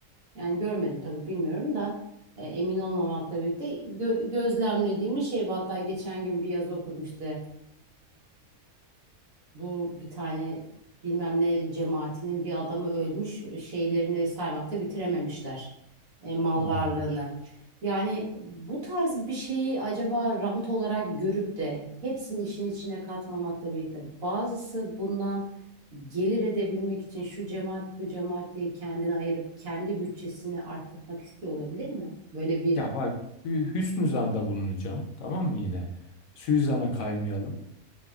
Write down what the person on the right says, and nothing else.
Yani görmedim tabii bilmiyorum da e, emin olmamakla birlikte gö- gözlemlediğimiz şey bu. Hatta geçen gün bir yazı okudum işte bu bir tane bilmem ne cemaatinin bir adamı ölmüş şeylerini saymakta bitirememişler e, mal
varlığını. Yani bu tarz bir şeyi acaba rant olarak görüp de hepsini işin içine katmamakla birlikte bazısı bundan gelir edebilmek için şu cemaat bu cemaat diye kendini ayırıp kendi bütçesini arttırmak istiyor olabilir mi? Böyle bir